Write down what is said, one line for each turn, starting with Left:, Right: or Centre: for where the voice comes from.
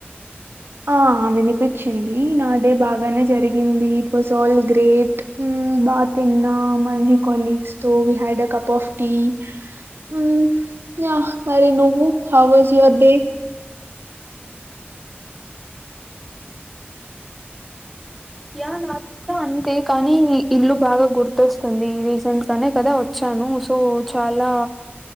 Right: ఆ వినిపించ్చింది నా డే బాగానే జరి హిందీ వసాల్ గ్రేట్ ఉ బా తిన్నాం, మంజి colleagues so we had a cup of tea uh yeah మరి నువ్వు హౌవజ్ యువర్ డే
Centre: యా నాకు డ అంతే కానీ ఇ ఇల్లు బాగా గుర్తొస్తుంది రీసెంట్ గానే కదా వచ్చాను సో చాలా